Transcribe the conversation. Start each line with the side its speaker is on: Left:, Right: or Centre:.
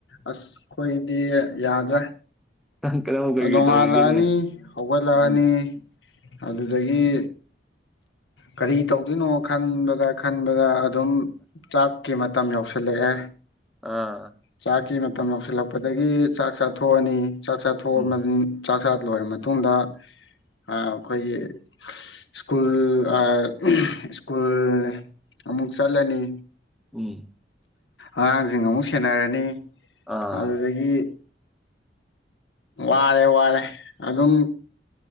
Left: ꯑꯁ ꯈꯣꯏꯗꯤ ꯌꯥꯗ꯭ꯔꯦ꯫
Centre: ꯅꯪ ꯀꯔꯝ ꯀꯩꯀꯩ
Left: ꯅꯣꯡꯉꯥꯜꯂꯛꯑꯅꯤ
Centre: ꯇꯧꯔꯤꯒꯦꯅꯦ
Left: ꯍꯧꯒꯠꯂꯛꯑꯅꯤ
Centre: ꯎꯝ
Left: ꯑꯗꯨꯗꯒꯤ ꯀꯔꯤ ꯇꯧꯗꯣꯏꯅꯣ ꯈꯟꯕꯗ ꯈꯟꯕꯗ ꯑꯗꯨꯝ ꯆꯥꯛꯀꯤ ꯃꯇꯝ ꯌꯧꯁꯤꯜꯂꯛꯑꯦ
Centre: ꯑꯥ
Left: ꯆꯥꯛꯀꯤ ꯃ ꯃꯇꯝ ꯌꯧꯁꯤꯜꯂꯛꯄꯗꯒꯤ ꯆꯥꯛ ꯆꯥꯊꯣꯛꯑꯅꯤ ꯆꯥꯛ ꯆꯥ ꯊꯣꯡꯑꯕꯅꯤ
Centre: ꯎꯝ
Left: ꯆꯥꯛ ꯆꯥ ꯂꯣꯏꯔ ꯃꯇꯨꯡꯗ ꯑ ꯑꯩꯈꯣꯏꯒꯤ ꯁ꯭ꯀꯨꯜ ꯑ ꯑꯝ ꯁ꯭ꯀꯨꯜ ꯑꯃꯨꯛ ꯆꯠꯂꯅꯤ
Centre: ꯎꯝ
Left: ꯑꯉꯥꯛꯖꯤꯡ ꯑꯃꯨꯛ ꯁꯤ ꯁꯦꯟꯅꯔꯅꯤ
Centre: ꯑꯥ
Left: ꯑꯗꯨꯗꯒꯤ ꯋꯥꯔꯦ ꯋꯥꯔꯦ ꯑꯗꯨꯝ